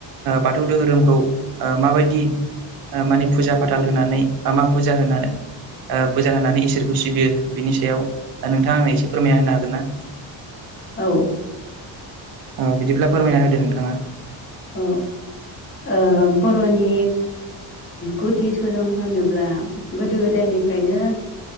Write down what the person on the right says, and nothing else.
बाथौ दोहोरोमखौ माबायदि माने फुजा फाथाल होनानै बा मा फुजा होनानै फुजा होनानै इसोरखौ सिबियो बिनि सायाव नोंथाङा आंनो एसे फोरमायना होनो हागोनना
अ बिदिब्ला फोरमायना होदो नोंथाङा